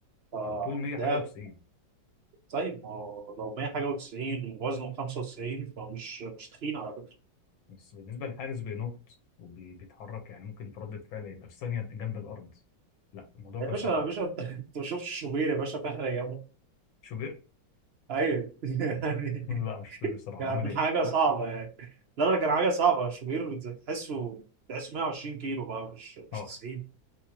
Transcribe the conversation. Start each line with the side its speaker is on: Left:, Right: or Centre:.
Right: آه،
Left: لو طول 100
Right: ده
Left: حاجه و90
Right: طيب ما هو لو 100 حاجه و90 ووزنه 95 فمش مش تخين على فكره
Left: بس بالنسبه للحارس بينط وبيتحرك يعني ممكن في ردة فعل يبقى في ثانيه جنب الارض لا الموضوع
Right: يا
Left: كان
Right: باشا
Left: صعب
Right: يا باشا انت أنت ما شفتش شوبير يا باشا في اخر ايامه
Left: شوبير
Right: ايوه <laughs> يعني
Left: <laughs> لا ما شفتوش بصراحه
Right: كان
Left: عمل ايه
Right: حاجة صعبة يعني لا لا كان حاجة صعبة شوبير تحسه تحسه 120 كيلو بقى مش
Left: اه
Right: مش 90